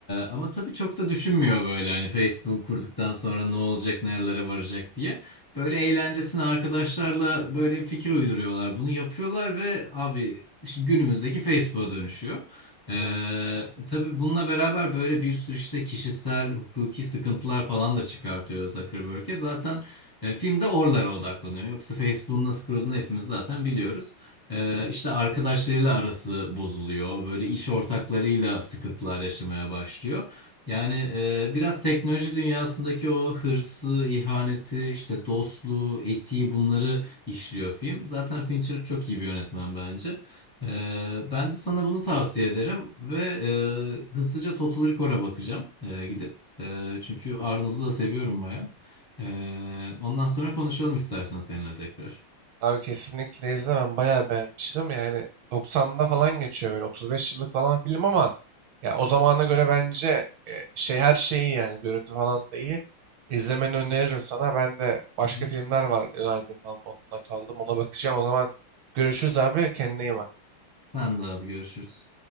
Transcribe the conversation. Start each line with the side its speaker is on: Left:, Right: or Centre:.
Left: ama tabii çok da düşünmüyor böyle hani Facebook kurduktan sonra ne olacak nerelere varacak diye. Böyle eğlencesine arkadaşlarla böyle bir fikir uyduruyorlar. Bunu yapıyorlar ve abi şimdi günümüzdeki Facebook'a dönüşüyor. Ee,
Right: Hı.
Left: tabii bununla beraber böyle bir sürü işte kişisel, hukuki sıkıntılar falan da çıkartıyor Zuckerberg'e. Zaten e, film de oralara odaklanıyor. Yoksa Facebook'un nasıl kurulduğunu hepimiz zaten biliyoruz. E, işte arkadaşlarıyla arası bozuluyor. Böyle iş ortaklarıyla sıkıntılar yaşamaya başlıyor. Yani e, biraz teknoloji dünyasındaki o hırsı, ihaneti, işte dostluğu, etiği bunları işliyor film. Zaten Fincher çok iyi bir yönetmen bence. E, ben de sana bunu tavsiye ederim ve e, hızlıca Total Recall'a bakacağım e, gidip. E, çünkü Arnold'u da seviyorum baya. Ee, ondan sonra konuşalım istersen seninle tekrar.
Right: Abi kesinlikle izle. Ben bayağı beğenmiştim. Yani 90'da falan geçiyor böyle 35 yıllık falan film ama ya o zamana göre bence e, şey her şeyi yani görüntü falan da iyi. İzlemeni öneririm sana. Ben de başka
Left: Hı hı.
Right: filmler var önerdiğim falan. onunla not aldım. Ona bakacağım. O zaman görüşürüz abi. Kendine iyi bak.
Left: Tamam da abi görüşürüz.